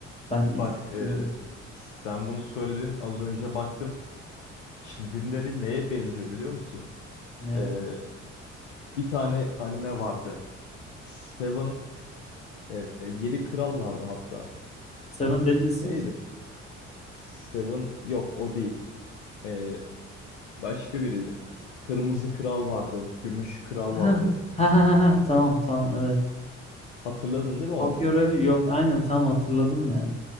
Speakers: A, on the left; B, on the left.
A: Ben
B: Bak
A: ilk
B: e,
A: uzun
B: sen bunu söyledin. Az önce baktım. çizimleri neye benziyor biliyor musun?
A: ne?
B: Ee, bir tane anime vardı. Seven, e, Yedi Kral vardı hatta.
A: Seven Deadly Sins.
B: Neydi? Seven yok o değil. Ee, başka biriydi. Kırmızı Kral vardı, Gümüş Kral vardı.
A: Ha. Ha ha ha. ha. Tamam tamam evet.
B: Hatırladın değil mi onu?
A: Tokyo Revue yok aynen tam hatırladım ya.